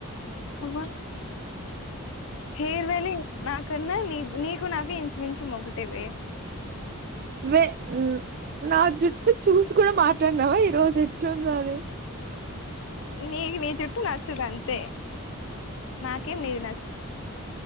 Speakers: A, on the left (about 60°); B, on the right (about 45°).
A: హవర్ హెయిర్ వాల్యూ నాకన్నా నీ నీకు నాకు ఇంచుమించు ఒకటివే
B: వే ఉ నా జుటు చూసి కూడా మాట్లాడినావా ఈ రోజు ఎట్లుంది అది
A: నీకి నీ జుట్టు నచ్చదంతే నాకేం నీది నచ్చ